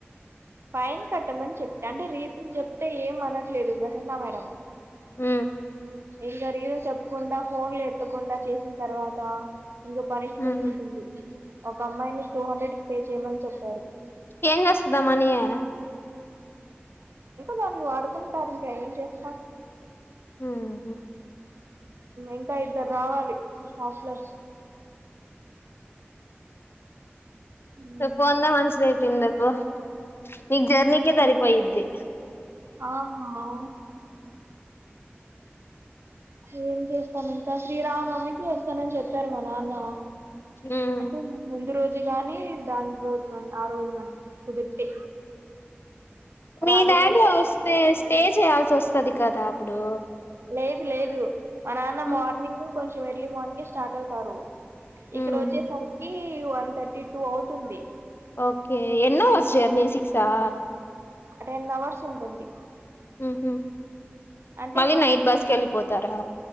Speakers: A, on the right (about 70°); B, on the left (about 60°).
A: ఫైన్ కట్టమని చెప్ప అంటే రీజన్ చెప్తే ఏం అనట్లేదు ప్రసన్న మేడం
B: ఉ
A: ఇంగా రీజన్ చెప్పకుండా ఫోన్లు ఎత్తకుండా చేసిన తర్వాత ఇంగా పనిష్మెంట్
B: ఉమ్
A: ఉంటుంది ఒక అమ్మాయిని టూ హండ్రెడ్ పే చేయమని చెప్
B: ఏం చేస్తది ఆ మనీయా
A: దాని వాడుకుంటారు ఇంకా ఏం చేస్తా
B: ఉహు
A: ఇంకా ఇద్దరు రావాలి హాస్టల్ర్స్ ఉమ్.
B: పోందే మంచిది అయిపోయింది ఎప్పు నీకు జర్నీకి సరిపోయిది
A: ఆమ్మో ఏం చేస్తాం ఇంకా శ్రీరామనవమికి వస్తానని చెప్ మా నాన్న
B: ఉమ్
A: అంటే మ ముందు రోజు గాని దాని రోజు కాని ఆ రోజు కాని కుదిరితే
B: మీ
A: రాకపోతే
B: డాడీ వస్తే
A: ఇంకా ఏం
B: స్టే
A: లేదు
B: చేయాల్సి వస్తది కదా అప్పుడు
A: లేదు లేదు మా నాన్న
B: ఉమ్.
A: మార్నింగ్ కొంచెం ఎర్లీ మార్నింగు స్టార్ట్ అవుతారు
B: హ్మ్
A: ఇక్కడ వచ్చేసరికి వన్ థర్టీ టూ అవుతుంది
B: ఓకే ఎన్ని అవర్స్ జర్నీ సిక్స్ ఆ
A: టెన్ అవర్స్ ఉంటుంది
B: హుహు.
A: అంటే
B: మళ్ళీ
A: కొంచెం
B: నైట్ బస్కి వెళ్ళిపోతారా